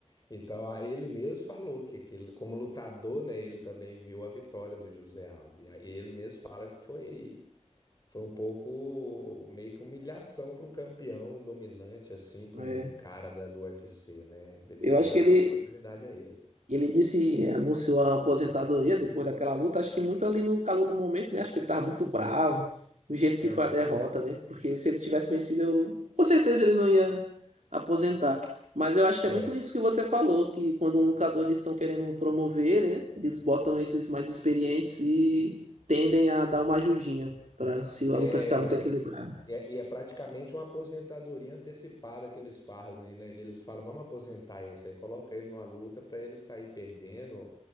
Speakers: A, on the left; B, on the right.
A: Então, a- ele mesmo falou que, aquele, como lutador, né, ele também viu a vitória do José Aldo. E aí ele mesmo fala que foi, foi um pouco meio que humilhação para um campeão dominante, assim, para
B: É.
A: um cara da, do UFC, né? Deveria
B: Eu acho
A: dar
B: que ele
A: oportunidade a ele.
B: E ele disse, é, anunciou a aposentadoria depois daquela luta, acho que muito ali no calor do momento, né? Acho que ele estava muito bravo, do jeito que
A: Aham.
B: foi a derrota, né? Porque se ele tivesse vencido, eu, com certeza ele não ia aposentar. Mas eu acho que
A: É.
B: é muito isso que você falou, que quando um lutador eles estão querendo promover ele, né? Eles botam esses mais experientes e tendem a dar uma ajudinha para se a
A: É,
B: luta ficar muito
A: e
B: equilibrada.
A: e é, e é praticamente uma aposentadoria antecipada que eles fazem, né? Eles falam, vamos aposentar esse, aí coloca ele numa luta para ele sair perdendo